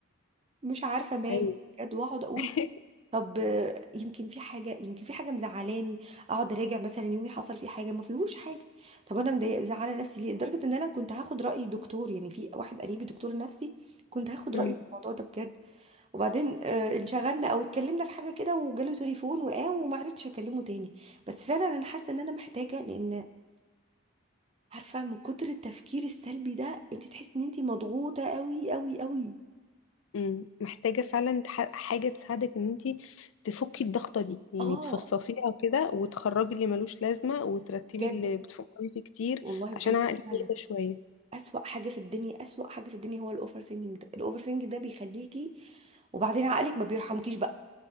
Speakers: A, on the right; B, on the left.
A: مش عارفة مالي
B: ايوه
A: بجد واقعد اقول
B: <laughs>
A: طب آه، يمكن في حاجه يمكن في حاجه مزعلاني اقعد اراجع مثلا يومي حصل فيه حاجه ما فيهوش حاجه طب انا مضايقه زعلانه نفسي ليه لدرجه ان انا كنت هاخد راي دكتور يعني في واحد قريبي دكتور نفسي كنت هاخد
B: امم
A: رايه في الموضوع ده بجد وبعدين آه، انشغلنا او اتكلمنا في حاجه كده وجاله تليفون وقام وما عرفتش اكلمه تاني بس فعلا انا حاسه ان انا محتاجه لان عارفه من كتر التفكير السلبي ده انت تحسي ان انت مضغوطه قوي قوي قوي
B: مم. محتاجة فعلا تح- حاجة تساعدك ان انتي تفكي الضغطة دي يعني
A: اه
B: تفصصيها كده وتخرجي اللي ملوش لازمة وترتبي
A: بجد
B: اللي بتفكري فيه كتير
A: والله بجد
B: عشان عقلك
A: فعلا
B: يهدى شوية
A: أسوأ حاجة في الدنيا أسوأ حاجة في الدنيا هو الأوفر ثينكينج ده الأوفر ثينكينج ده بيخليكي وبعدين عقلك ما بيرحمكيش بقى